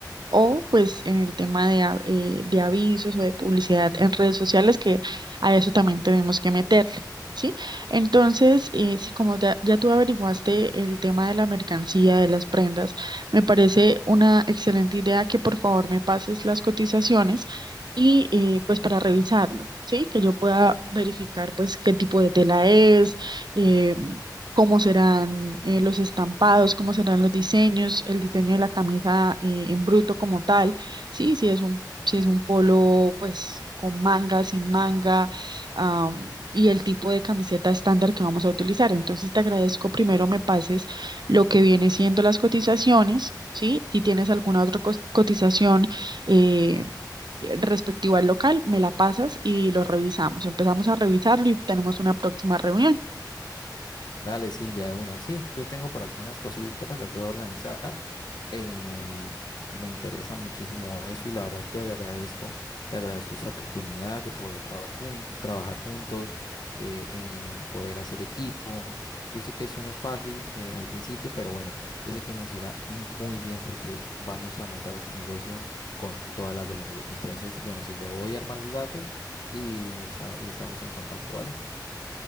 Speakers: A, on the right; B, on the left.
A: o pues en el tema de, a- eh, de avisos o de publicidad en redes sociales, que a eso también tenemos que meterle, ¿sí? Entonces, eh, si como ya, ya tú averiguaste el tema de la mercancía, de las prendas, me parece una excelente idea que por favor me pases las cotizaciones y eh, pues para revisarlo. Sí, que yo pueda verificar pues qué tipo de tela es, eh, cómo serán eh, los estampados, cómo serán los diseños, el diseño de la camisa eh, en bruto como tal. Sí, si es un, si es un polo, pues con manga, sin manga, am, y el tipo de camiseta estándar que vamos a utilizar. Entonces te agradezco primero me pases lo que viene siendo las cotizaciones, ¿sí? Si tienes alguna otra cos- cotización eh, respectiva al local, me la pasas y lo revisamos. Empezamos a revisarlo y tenemos una próxima reunión.
B: Dale, Silvia, de una. Sí, yo tengo por aquí unas cositas, las voy a organizar. Em, me interesa muchísimo eso y la verdad te agradezco, te agradezco esta oportunidad de poder trabajar, jun- trabajar juntos, de em, poder hacer equipo. Yo sé que esto no es fácil eh, al principio, pero bueno, yo sé que nos irá mu- muy bien porque vamos a montar este negocio con todas las de la ley. Entonces, bueno, Silvia, voy a armar los datos y, nos está- y estamos en contacto, ¿vale?